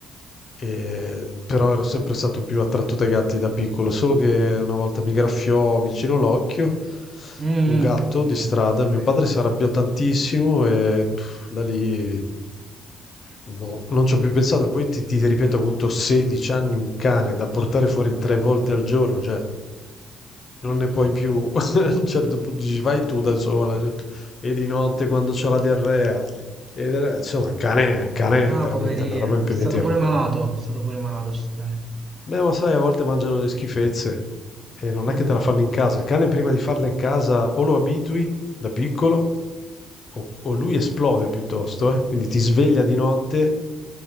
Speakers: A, on the left; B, on the right.
A: e- però ero sempre stato più attratto dai gatti da piccolo. So che una volta mi graffiò vicino l'occhio
B: Mm, mm,
A: un gatto
B: brutto.
A: di strada,
B: Mamma
A: mio
B: mia.
A: padre si arrabbiò tantissimo e pff, da lì boh, non ci ho più pensato. Poi ti, ti ripeto, ho avuto 16 anni un cane da portare fuori tre volte al giorno, cioè non
B: Mm.
A: ne puoi più. <laughs> A un certo punto dici, vai tu da sola. cioè, e di notte quando c'ho la diarrea. E, del- insomma, il cane, il cane
B: Ah,
A: è veramente
B: poverina.
A: una roba impegnativa.
B: È stato pure malato. È stato pure malato sto cane.
A: Beh, ma sai, a volte mangiano le schifezze. E non
B: Mm.
A: è che te la fanno in casa. Il cane prima di farla in casa o lo abitui da piccolo o, o lui esplode piuttosto, eh. Quindi ti sveglia di notte